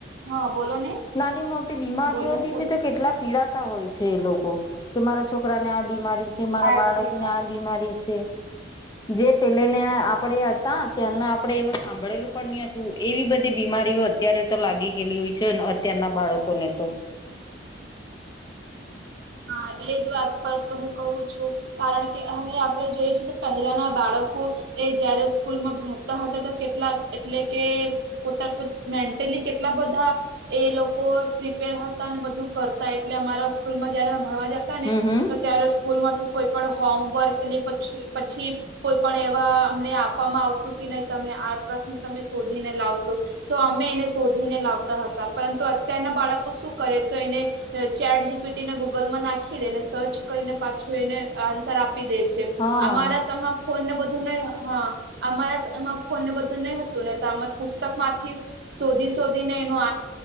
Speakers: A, on the right; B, on the left.
A: હા બોલો ને.
B: નાની મોટી બીમારીઓથી
A: બોલો ને બોલો
B: ભી તો
A: ને
B: કેટલા પીડા. હોય છે એ લોકો કે મારા છોકરાને આ બીમારી છે મારા
A: હા
B: બાળક
A: જી વાત
B: ને આ બીમારી છે. જે પેલે ને આપડે હતા ત્યાંના આપડે એ સાંભળેલું. પણ હતું એવી બધી બીમારીઓ અત્યારે તો લાગી ગયેલી હોય છે અત્યારના બાળકોને તો.
A: હા એટલે જ વાત પર તો હું કહું છું. કારણ કે હવે આપણે જોઈએ છે તો પહેલાના બાળકો. એ જયારે સ્કૂલમાં ભરતા હતા તો કેટલાક એટલે કે. પોતા મેન્ટલી કેટલા બધા. એ લોકો પ્રિપેર હતા અને બધું કરતા એટલે અમારા સ્કૂલ માં. જારે ભણવા જતા ને
B: હમ હમ
A: તો ત્યારે સ્કૂલ માંથી કોઈ પણ હોમવર્કની પછી. કોઈ પણ એવા અમને આપવામાં આવતું કે નહી તમે આ પ્રશ્ન તમે શોધીને લાવશો. તો અમે એને શોધીને લાવતા હતા પરંતુ અત્યારના બાળકો શું કરે તો એને. ચેાર જી પીટીને ગૂગલમાં નાખી દે ને સર્ચ કરીને પાછું એને આન્સર આપી દેજ.
B: હા
A: અમારા સમા. ફોન ને બધું નહી હા અમારા એમાં ફોન ને બધું નહી હતું ને તો આ પુસ્તક માંથી. શોધી શોધી ને એનો